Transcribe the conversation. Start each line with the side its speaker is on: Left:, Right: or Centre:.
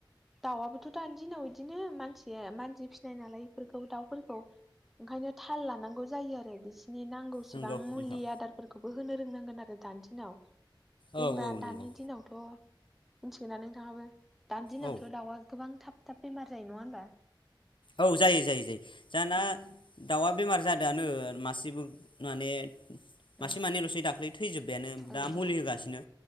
Centre: दाउआबोथ' दानि दिनाव बिदिनो मानसिया मानसि फिसिनाय नालाय बेफोरखौ दाउफोरखौ ओंखायनो थाल लानांगौ जायो आरो बिस नि नांगौसिबां
Left: नंगौ
Centre: मुलि
Left: नोंथां
Centre: आदारफोरखौ बो होनो फोरोंनांगोन आरो दानि दिनाव
Left: औ
Centre: जेनेबा
Left: औ
Centre: दानि
Left: नंगौ
Centre: दिनावथ' मिथिगोना नोंथाङाबो दानि दिनावथ'
Left: औ
Centre: दाउआ गोबां थाब थाब बेमार जायो नङा होनबा
Left: औ जायो जायो जायो जाना
Centre: ओं
Left: दाउआ बेमार जादोंआनो मासेबो माने मासे
Centre: ओं
Left: मानैल'सै दाख्लै थैजोब्बायानो
Centre: ओं
Left: दा मुलि होगासिनो